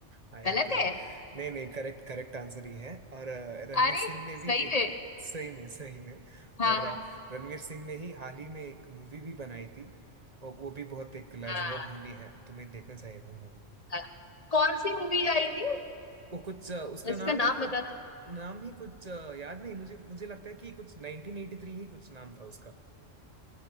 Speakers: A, on the right; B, on the left.
A: हाँ यार
B: गलत
A: तूने
B: है
A: नहीं नहीं करेक्ट करेक्ट आंसर ही है और अ, रणवीर
B: अरे
A: सिंह ने
B: सही
A: भी एक
B: है
A: सही में सही में
B: हाँ
A: और अ,
B: हाँ।
A: रणवीर सिंह ने ही हाल ही में एक मूवी भी बनाई थी और वो भी बहुत एक लाजवाब
B: हाँ,
A: मूवी है तुम्हें देखना चाहिए वो मूवी
B: हाँ। कौन सी मूवी आई थी
A: वो कुछ अ, उसका
B: इसका
A: नाम
B: नाम
A: ही कुछ
B: बताना
A: नाम ही कुछ अ, याद नहीं मुझे मुझे लगता है कि कुछ 1983 ही कुछ नाम था उसका